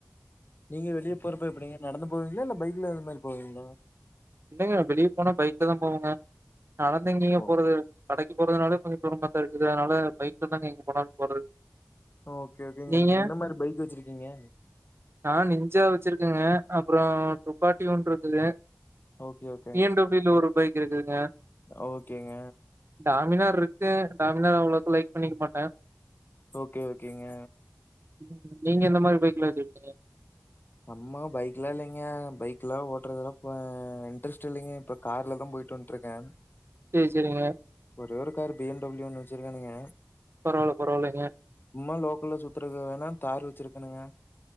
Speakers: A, on the left (about 40°); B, on the right (about 50°).
A: நீங்க வெளிய போறப்போ எப்டிங்க நடந்து போவீங்களா இல்ல பைக்ல இந்த மாரி போவீங்ளா
B: இல்லங்க வெளிய போனா பைக்லதா போவோங்க நடந்தெங்கீங்க
A: ஓ
B: போறது கடை கடைக்கு போறதுனால கொஞ்சோ தூரம்மாத்தா இருக்குது அதனால பைக்ல தாங்க எங்க போனாலனு போறது
A: ஓகே ஓகேங்க
B: நீங்க
A: என்ன மாரி பைக் வெச்சுருக்கீங்க
B: நா நிஞ்சா வெச்சுருக்கங்க அப்றோ துப்பாட்டி ஒன்ருக்குது
A: okay okay
B: T N W ல ஒரு பைக் இருக்குதுங்க
A: ஓகேங்க
B: டாமினார் இருக்கு டாமினார் அவ்வளவுக்கு லைக் பண்ணிக்க மாட்டே
A: ஓகே ஓகேங்க
B: உம் நீங்க என்ன மாரி பைக் லா வெச்சுருக்கீங்க
A: நம்மா பைக் எல்லா இல்லைங்க பைக் எல்லா ஓட்டுறதெல்லா இன்ட்ரெஸ்ட் இல்லைங்க கார்ல தா போயிட்டு வந்துட்ருக்கே
B: சேரி சேரிங்க
A: ஒரே ஒரு காரு பி என் டபள்யூ ஒன்னு வெச்சிருக்கேனுங்க
B: பரவால்ல பரவால்லைங்க
A: சும்மா லோக்கல்ல சுத்துறக்கு வேணா தார் வச்சுருக்கேணுங்க